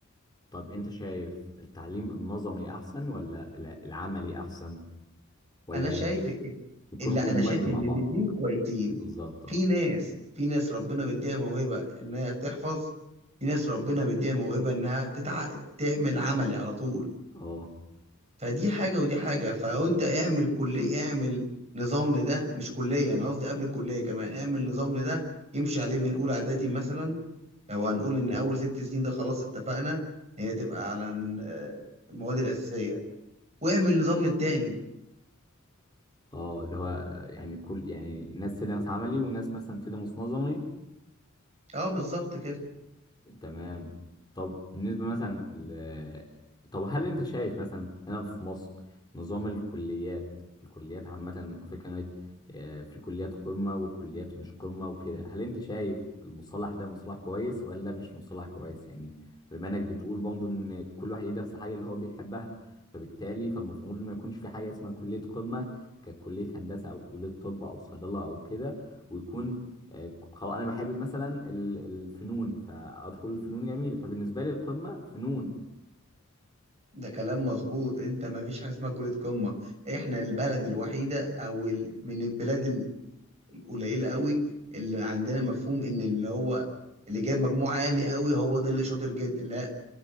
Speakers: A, on the left (about 20°); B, on the right (about 30°).
A: طب انت شايف التعليم النظري احسن ولا الع- العملي احسن ولا
B: انا شايف إن-
A: يكونوا
B: لا
A: كومبايند
B: انا شايف ان
A: مع بعض
B: الاتنين كويسين
A: بالظبط
B: في
A: اه
B: ناس في ناس ربنا مديها موهبه انها تحفظ في ناس ربنا مديها موهبه انها تتع... تعمل عملي على طول
A: اه
B: فدي حاجه ودي حاجه فانت اعمل كليه اعمل نظام لده مش كليه انا قصدي قبل الكليه كمان اعمل نظام لده يمشي عليه من اولى اعدادي مثلا لو هنقول ان اول ست سنين ده خلاص اتفقنا هي تبقى على ن- المواد الاساسيه واعمل نظام للتاني
A: اه اللي هو آه، يعني كل يعني ناس تدرس عملي وناس مثلا تدرس نظري
B: اه بالظبط كده
A: تمام طب بالنسبة مثلا ل... طب هل انت شايف مثلا هنا في مصر نظام الكليات الكليات عامة في كانت آه، في كليات قمة وكليات مش قمة وكده هل انت شايف المصطلح ده مصطلح كويس ولا مش مصطلح كويس يعني بما انك بتقول برضه ان كل واحد يدرس الحاجة اللي هو بيحبها فبالتالي فالمفروض ما يكونش في حاجة اسمها كلية قمة ككلية هندسة او كلية طب او صيدلة او كده ويكون آه، خلاص انا بحب مثلا ال- الفنون فادخل الفنون جميله فبالنسبه لي القمه فنون
B: ده كلام مظبوط انت ما فيش حاجه اسمها كليه قمه احنا البلد الوحيده او ال... من البلاد ال- القليله قوي اللي عندنا مفهوم ان اللي هو اللي جايب مجموع عالي قوي هو ده اللي شاطر جدا لا